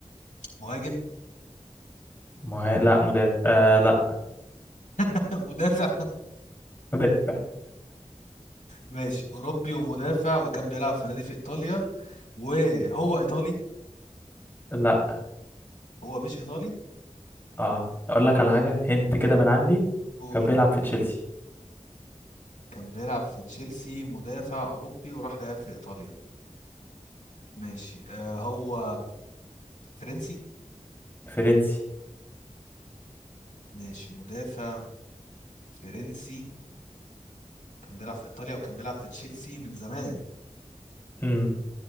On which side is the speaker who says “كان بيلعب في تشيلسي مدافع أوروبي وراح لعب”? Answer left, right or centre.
Left